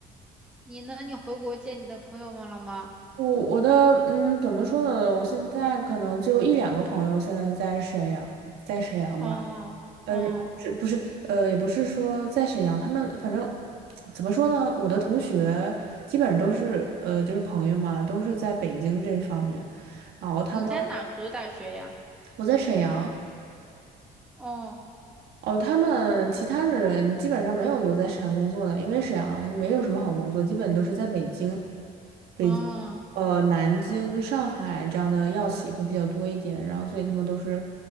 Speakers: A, in the centre; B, on the right.
A: 你呢？你回国见你的朋友们了吗？
B: 我我的嗯，怎么说呢？我现在可能就一两个朋友现在在沈阳，在沈阳吧。
A: 哦哦，
B: 呃，不是不是，呃，也不是说在沈阳，他们反正怎么说呢？我的同学基本上都是呃，就是朋友嘛，都是在北京这方面，然后他们
A: 你在哪读的大学呀？
B: 我在沈阳。
A: 哦
B: 哦，他们其他的人基本上没有留在沈阳工作的，因为沈阳没有什么好工作，基本都是在北京、北京、
A: 哦。
B: 呃南京、上海这样的药企会比较多一点，然后所以他们都是